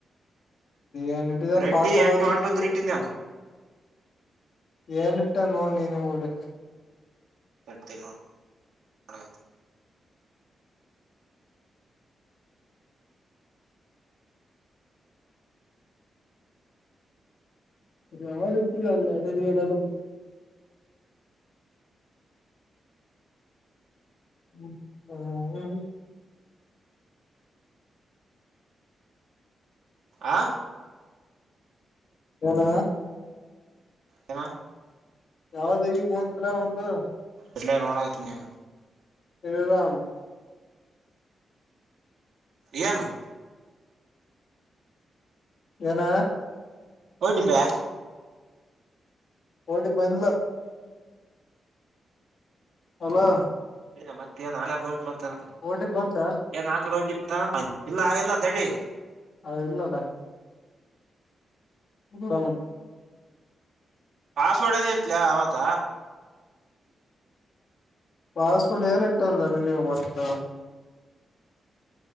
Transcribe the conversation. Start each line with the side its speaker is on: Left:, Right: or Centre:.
Left: ಏನಿಟ್ಟಿದೆ
Right: Reddy
Left: password
Right: at
Left: ಅವತ್ತಿಟ್ಟ
Right: one two ತ್ರೀ ಟಿಂದಾನ
Left: ಏನ ಇಟ್ಟ ನೋಡ್ ನೀ ನೀ ಡಿ
Right: ಡ್ <unintelligible>
Left: ಯಾವ ವಿಟ್ಟಿಲ್ಲ <unintelligible> ಹ್ಮ ಹ್ಮ ಹ್ಮ್
Right: ಆ
Left: ಏನ
Right: ಕ
Left: ಯಾವ್ದ ಈಗ ಒಂದ್ಸಲ ಒಂದು
Right: ಇಡ್ಲೆ ನೋಡ್ತ ನೀ
Left: ಇದಾಮ
Right: ಏನು
Left: ಏನ
Right: ಒ ಟಿ ಪಿ ಯಾ
Left: ಒ ಟಿ ಪಿ ಬಂದಿಲ್ಲ ಹಲೋ
Right: ಏ ಮತ್ತೆನ್ ನಲ್ಕೂ ಬ
Left: ಓಟಿ ಬಂತ
Right: ನಾಲ್ಕು ಬ ಇಲ್ಲ ಆಗಿಲ್ಲ ತಡಿ
Left: ಅ ಇಲ್ಲದಾ <unintelligible>
Right: ಪಾಸವರ್ಡ್ ಇಲ ಹತ
Left: ಪಾಸ್ವರ್ಡ್ ಏನ್ ಇಟ್ಟಾನಲ್ಲ ನೀ ನೀವು ಹೊತ್ತ